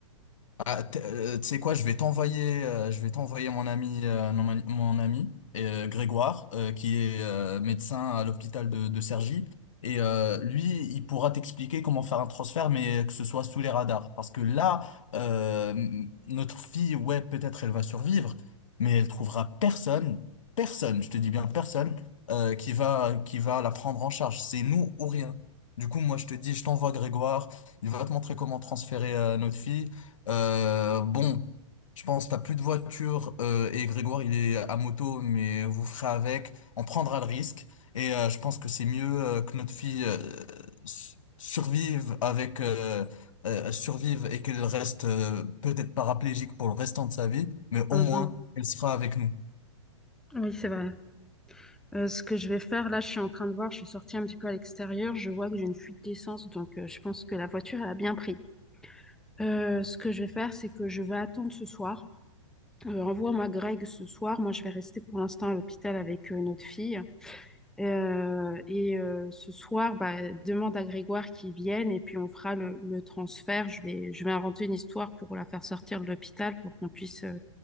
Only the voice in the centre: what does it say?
Ah
non,
oui, c'est vrai. Euh, ce que je vais faire, là, je suis en train de voir, je suis sortie un petit peu à l'extérieur, je vois que j'ai une fuite d'essence, donc euh, je pense que la voiture, elle a bien pris. Euh, ce que je vais faire, c'est que je vais attendre ce soir. Euh, envoie-moi Greg ce soir. Moi, je vais rester pour l'instant à l'hôpital avec euh, notre fille. Euh, et euh, ce soir, bah, demande à Grégoire qu'il vienne et puis on fera le, le transfert. Je vais, je vais inventer une histoire pour la faire sortir de l'hôpital pour qu'on puisse euh,